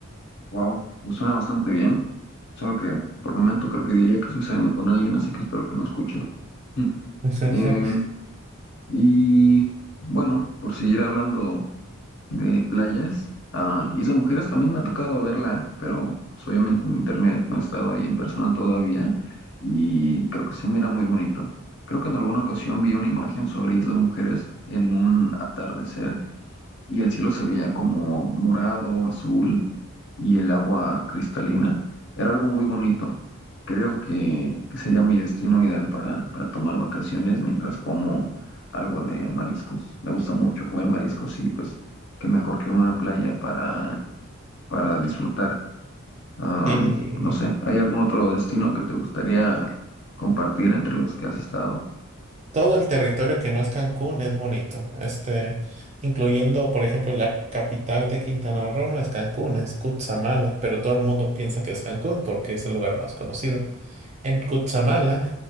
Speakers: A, on the left; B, on the right.
A: Wow, me suena bastante bien. Solo que por el momento creo que diría que estoy saliendo con alguien, así que espero que no escuche. <laughs>
B: <laughs>
A: Em, y bueno, por seguir hablando. de playas. Ah, Isla Mujeres también me ha tocado verla, pero pues obviamente en internet no he estado ahí en persona todavía y creo que se mira muy bonito. Creo que en alguna ocasión vi una imagen sobre Isla Mujeres en un atardecer y el cielo se veía como morado, azul y el agua cristalina. Era algo muy bonito. Creo que, que sería mi destino ideal para, para tomar vacaciones mientras como algo de mariscos. Me gusta mucho comer mariscos y pues qué mejor que una playa para, para disfrutar. Am,
B: Y
A: no sé, ¿hay algún otro destino que te gustaría compartir entre los que has estado?
B: todo el territorio que no es Cancún es bonito. Este, incluyendo, por ejemplo, la capital de Quintana Roo no es Cancún, es Cutzamala, pero todo el mundo piensa que es Cancún porque es el lugar más conocido. En Cuchamala,